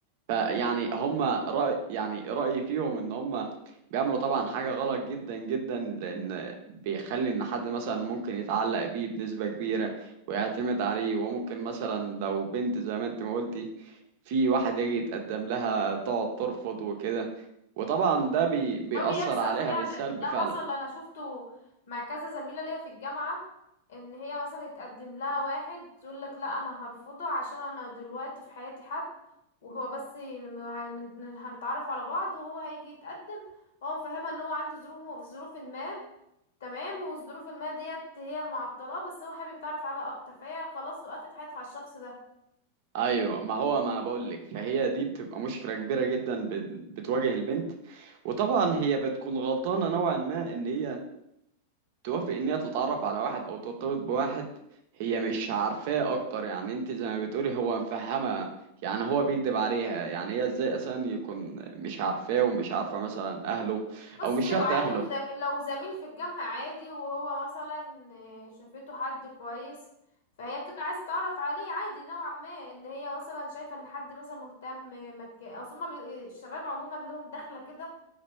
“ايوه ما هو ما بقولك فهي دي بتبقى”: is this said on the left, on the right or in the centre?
Right